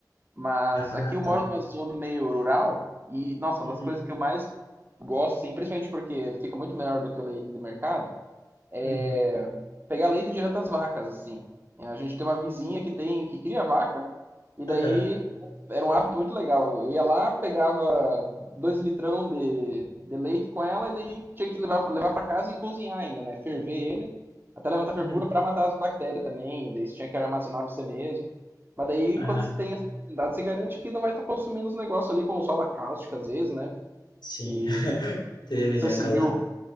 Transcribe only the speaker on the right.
Mas
aqui eu
moro numa zona meio rural e, nossa,
uma das coisas que eu mais gosto, assim, principalmente porque fica muito melhor do que o leite de mercado, é,
pegar leite direto das vacas, assim. A gente tem uma vizinha que tem que cria vaca, e daí
era um hábito muito legal. Eu ia lá, pegava dois litrão de, de leite com ela, e daí tinha que levar, levar para casa e cozinhar ainda, né? Ferver ele, até levantar fervura
para matar as bactérias também, e daí você tinha que armazenar você mesmo. Mas daí,
quando você tem essa oportunidade, você garante que não vai estar consumindo os negócios ali com sola cáustica, às vezes, né?
Que.
eu Não sei
se
você viu